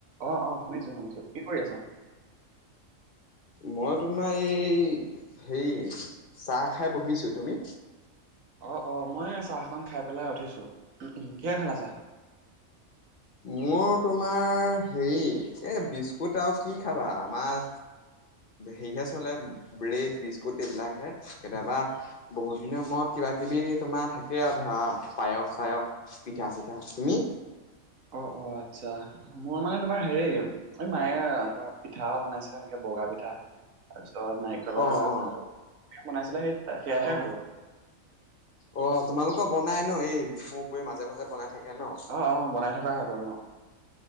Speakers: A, on the right; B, on the left.
A: অ', অ', শুনিছো শুনিছো কি কৰি আছা?
B: মই তোমাৰ এই হেৰি চাহ খাই বহিছো, তুমি?
A: অ' অ' মই এই চাহ অকণ খাই পেলাই উঠিছো, উ কিহে খালা চাহ?
B: মোৰ তোমাৰ হেৰি এই বিস্কুট আৰু কি খাবা আমাৰ হেৰি হে চলে ব্ৰেড, বিস্কুট এইবিলাকহে কেতিয়াবা বহুত দিনৰ মূৰত কিবাকিবি তোমাৰ থাকে আৰু ধৰা পায়স-চায়স, পিঠা-চিঠা তুমি?
A: অ' অ' আচ্ছা মোৰ মানে তোমাৰ হেৰি এই মায়ে তোমাৰ পিঠা বনাইছিলে এনেকে বগা পিঠা তাৰ পিছত নাৰিকলৰ
B: অ অ
A: লাৰু সেইয়া বনাইছিলে সেই সেয়াহে
B: অ
A: খালোঁ
B: অ তোমালোকৰ বনাই ন এই বিহুৰ উপৰি মাজে মাজে বনাই থাকে ন
A: অ অ বনাই থকা হয় বাৰু অ